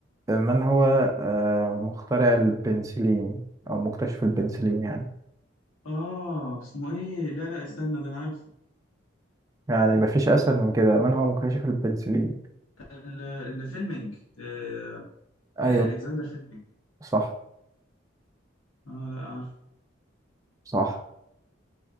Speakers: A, on the right; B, on the left.
A: آه، من هو آه، مخترع البنسلين او مكتشف البنسلين يعني
B: آه اسمه إيه لا لا استنى ده أنا عارفه
A: يعني مفيش اسهل من كده من هو مكتشف البنسلين
B: ال- الفيلمينج آه،
A: ايوه
B: الكسندر فيلمينج
A: صح
B: آه لا عارف
A: صح